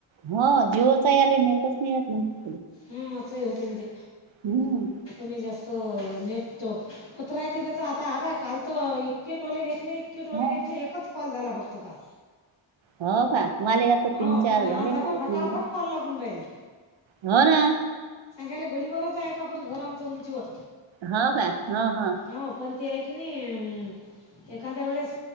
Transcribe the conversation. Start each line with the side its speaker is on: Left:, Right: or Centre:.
Right: हा जीवच आय आले नेटच नाही राहत मंग.
Left: हा असं होतंय ना ते.
Right: हम्म
Left: कमी जास्त नेट तो कुत्रा आहे तिथे चावता हा बघ काल तर इतके टोले घेतले इतके टोले
Right: हो
Left: घेतले एकच कॉल झाला फक्त काल.
Right: हो का माले आता
Left: हो
Right: तीन चार
Left: आणि
Right: झाले
Left: आज हा
Right: <unintelligible>
Left: बाय फटाफट कॉल लागून राहिले
Right: हो ना.
Left: सांगायला घडीवरच आहे का परी घर आमचं उंचीवर.
Right: होय काय? हो हो.
Left: हो पण ते आहे क नी उम्म एखांद्या वेळेस